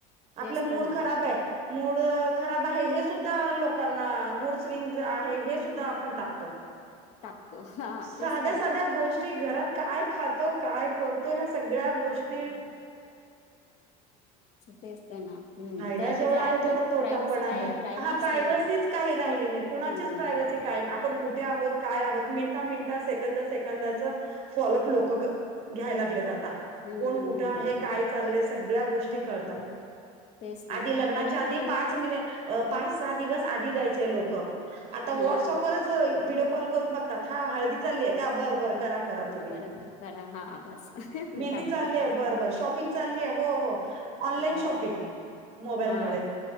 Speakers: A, on the right; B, on the left.
A: आपला
B: तेच
A: मूड
B: तर ना
A: खराब आहे. मूड खराब आहे हे सुद्धा लोकांना मूड स्विंग आहे हे सुद्धा आपण टाकतो.
B: <inaudible> हा
A: साध्या
B: तेच तर ना
A: साध्या गोष्टी घरात काय खातो काय कर तो ह्या सगळ्या गोष्ट
B: हम्म. तेच ते ना. हम्म
A: फायदा
B: त्या म्हणजे
A: जेवढा
B: आपली
A: आहे तेवढा तोटा
B: प्रायव्हसी
A: पण आहे
B: काय राहिलीच
A: हा प्रायवसीच
B: नाही आता
A: काही राहिली नाही कुणाचीच
B: हम्म
A: प्रायव्हसी काही नाही. पण कुठे आहोत काय आहोत मिनिटा मिनिटा सेकंद सेकंदाच फॉलोप लोक ग घ्यायला लागलेत आता
B: हम्म
A: कोण कुठे
B: हम्म
A: हे काय चाललय सगळ्या गोष्टी कळतात
B: हम्म तेच पण
A: आधी लग्नाच्या
B: पण
A: आधी
B: ते
A: पाच मिनीट अ पाच सहा दिवस आधी जायचे लोक आता
B: हम्म
A: व्हॉट्सअपवरच व्हिडओ कॉल करून बघतात हा हळदी चालीय का बर बर. करा करा तुम्ही
B: बरोबर करा हा बस
A: मेहंदी
B: झालं
A: चाललीये
B: तिकडेच
A: बर बर शॉपिंग चालली हो हो. ऑनलाईन
B: हा
A: शॉपिंग, मोबाईलमुळे.
B: हा